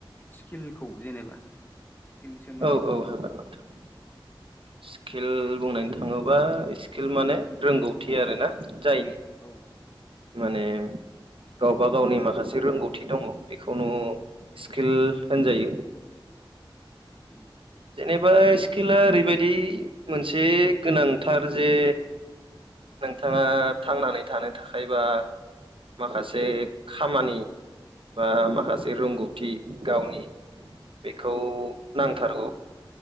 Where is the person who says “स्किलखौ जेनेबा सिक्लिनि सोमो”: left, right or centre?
Left